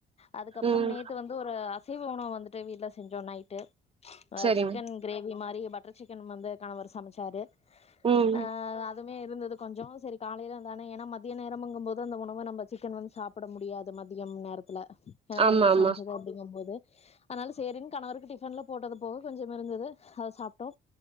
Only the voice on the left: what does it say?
அதுக்கப்பறோ
நேத்து வந்து ஒரு அசைவ உணவு வந்துட்டு வீட்ல செஞ்சோ நைட்டு ஆஹ்
சிக்கன் கிரேவி இந்த மாரி பட்டர் சிக்கன் வந்து கணவர் சமச்சாரு
ஆஹ் அதுவுமே இருந்தது கொஞ்சோ சேரி காலையில தானே ஏன்னா மதிய நேரம்ங்குபோது அந்த உணவு நம்ம சிக்கன் வந்து சாப் சாப்பிட முடியாது மதியம் நேரத்தில ஏனா
நேத்து
சமைச்து அப்டிங்குபோது அதனால சேரினு கணவருக்கு டிஃபன்ல போட்டது போக கொஞ்சோ இருந்தது அத சாப்ட்டோ